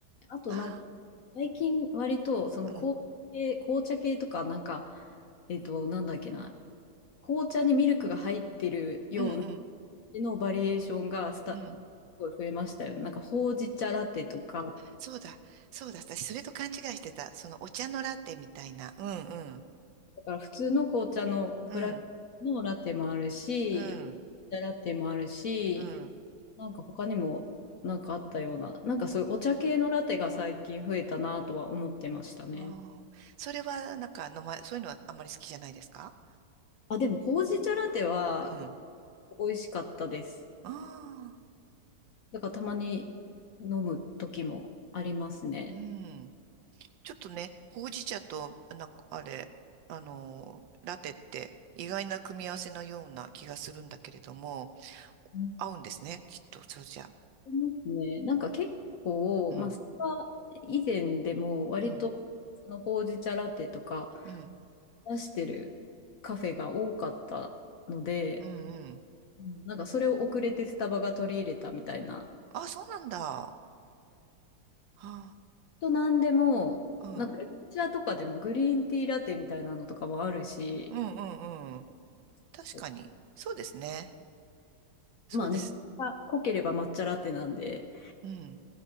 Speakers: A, on the left; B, on the right.
A: あとなんか
B: あ
A: 最近割とその紅茶系、
B: あ、うん。
A: 紅茶系とかなんか、えっと、なんだっけな、紅茶にミルクが入ってるような
B: うんうん。
A: のバリエーションがスタ、
B: うん。
A: すごい増えましたよね。なんかほうじ茶ラテとか、
B: そうだ。そうだ。私、それと勘違いしてた。その、お茶のラテみたいな。うんうん。
A: だから普通の紅茶のブラックのラテもあるし、
B: うん。うん。
A: 紅茶ラテもあるし、
B: うん。
A: なんか他にもなんかあったような、なんかそういうお茶系のラテが最近増えたなとは思ってましたね。
B: ああ。それは、なんか、飲ま、そういうのはあんまり好きじゃないですか
A: あ、でもほうじ茶ラテは
B: うん。
A: 美味しかったです。
B: ああ。
A: だからたまに飲む時もありますね。
B: うん。ちょっとね、ほうじ茶と、なんかあれ、あのー、ラテって意外な組み合わせのような気がするんだけれども、
A: うん
B: 合うんですね、きっと、そうじゃ。
A: ありますね。なんか結構、
B: うん、
A: まあ、それは以前でも割とそのほうじ茶ラテとか
B: うん、うん、
A: 出してるカフェが多かったので、
B: うん、うん。
A: うんなんかそれを遅れてスタバが取り入れたみたいな。
B: あ、そうなんだ。はあ、
A: となんでも、
B: うん、
A: なんか緑茶とかでもグリーンティーラテみたいなのとかもあるし、
B: うん、うん、うん。確かに。
A: そう
B: そうですね。そうです。
A: まあね、濃ければ抹茶ラテなんで、
B: うん。